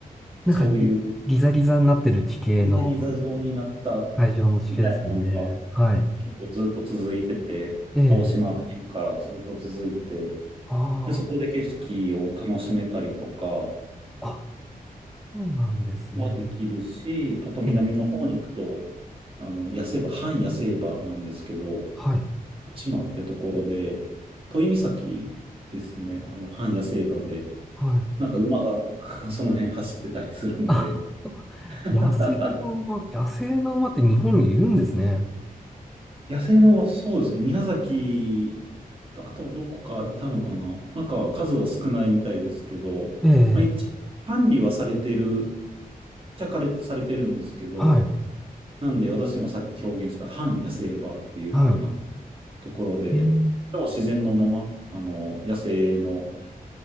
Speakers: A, in the centre; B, on the right.
A: なんかリ、
B: そういう
A: ギザギザになってる地形の、
B: ギザギザ状になった
A: 海上の地形ですよね。
B: みたいなのが
A: はい、
B: 結構ずっと続いてて、
A: ええ、
B: からずっと続いて、
A: あ
B: で、そこで景色を楽しめたりとか
A: あ、あ、そうなんですね。
B: はできるし、あと南の方に行くと、
A: ええ、
B: あの、野生場、半野生場なんですけど、
A: はい、
B: 内間ってところで、都井岬ですね、あの、半野生場で、
A: はい。
B: なんか馬が <laughs> その辺走ってたりするので、
A: <laughs> あ、
B: <laughs>
A: 野生の馬、野生の馬って日本にいるんですね。
B: 野生のはそうですね。宮崎と、あとどこかいたのかななんか数は少ないみたいですけど、
A: ええ、
B: まあ、一応管理はされてる、っちゃかれされてるんですけど、
A: はい、
B: なんで私もさっき表現した反野生場っていう風な
A: は
B: ところで、
A: い、ええ、
B: でも自然のまま、あの、野生の